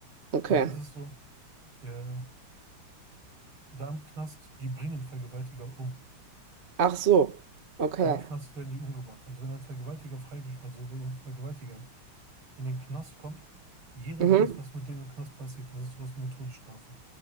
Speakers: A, on the right; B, on the right.
A: okay.
B: Dort ist es so, der, da im Knast, die bringen Vergewaltiger um.
A: Ach so, okay.
B: Im Knast werden die umgebracht. Also wenn ein Vergewaltiger freigesch, also wenn ein Vergewaltiger in den Knast kommt, jeder
A: Mhm.
B: weiß, was mit dem im Knast passiert. Das ist sowas wie eine Todesstrafe.